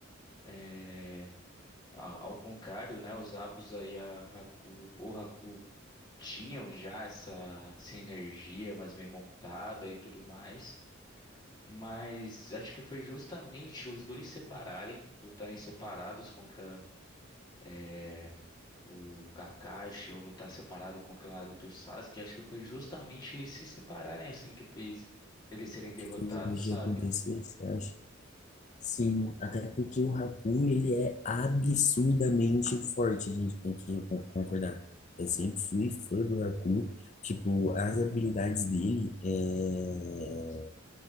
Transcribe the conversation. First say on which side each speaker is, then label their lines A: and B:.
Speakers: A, on the left; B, on the left.
A: É, a- ao contrário, né? Os Abusa e a Haku, o Haku tinham já essa, essa energia mais bem montada e tudo mais. Mas acho que foi justamente os dois separarem, lutarem separados contra é, o Kakashi ou lutar separado contra o Naruto e o Sasuke. Acho que foi justamente eles se separarem assim que fez eles serem derrotados,
B: que fez a magia
A: sabe?
B: acontecer, você acha? Sim, até porque o Haku, ele é absurdamente forte, a gente tem que con- concordar. Eu sempre fui fã do Haku, tipo, as habilidades dele, é...